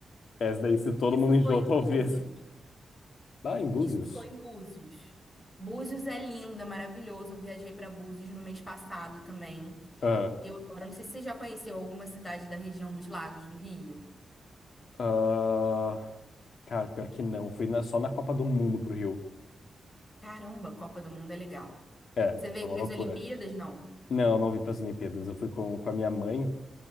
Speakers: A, on the left; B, on the left.
A: Essa daí, se todo
B: Isso
A: mundo enjoou,
B: foi em
A: <laughs> talvez.
B: Búzios.
A: Lá em Búzios?
B: Isso foi em Búzios. Búzios é lindo, é maravilhoso. Eu viajei para Búzios no mês passado também.
A: Ah,
B: Eu agora não sei se você já conheceu alguma cidade da região dos Lagos do Rio.
A: ah, cara, pior que não. Fui na- só na Copa do Mundo pro Rio.
B: Caramba, Copa do Mundo é legal.
A: É,
B: Você veio
A: é uma
B: para
A: loucura.
B: as Olimpíadas? Não.
A: Não, não vim pras Olimpíadas. Eu fui com, com a minha mãe